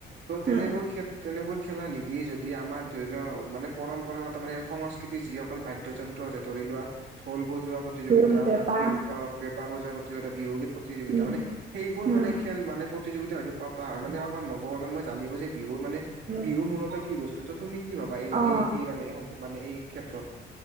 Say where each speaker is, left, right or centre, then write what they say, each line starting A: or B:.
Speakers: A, on the right (about 65°); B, on the right (about 40°).
A: ত' তেনেবোৰ
B: উম
A: ক্ষেত্ৰত- তেনেবোৰ খেলা নিদিয়ে যদি আমাৰ ধৰি লওক মানে পৰম্পৰাগত মানে সংস্কৃতি যিহক অকল বাদ্যযন্ত্ৰ আছে, ধৰি লোৱা ঢোল বজোৱা প্ৰতিযোগিতা,
B: ঢোল পেঁপা
A: বি অ' পেঁপা বজোৱা প্ৰতি প্ৰতিযোগিতা, বিহুগীত প্ৰতিযোগিতা
B: উম
A: মানে সেইবোৰ
B: উম
A: মানে খেল মানে প্ৰতিযোগিতা পাতা হয় মানে আমাৰ নৱ প্ৰজন্মই জানিব যে বিহুৰ মানে
B: উম
A: বিহু মূলত কি বস্তু ত তুমি কি ভাবা এই-এই
B: অ
A: মানে-মানে এই ক্ষেত্ৰত